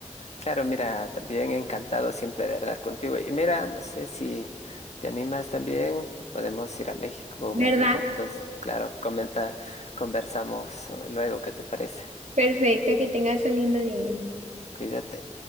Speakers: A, on the left; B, on the right.
A: claro, mira, también encantado siempre de hablar contigo. Y mira, no sé si te animas también, podemos ir a México,
B: ¿Verdad?
A: mi amigo. Entonces, claro, comenta, conversamos eh, luego, ¿qué te parece?
B: Perfecto, que tengas un lindo día.
A: Cuídate.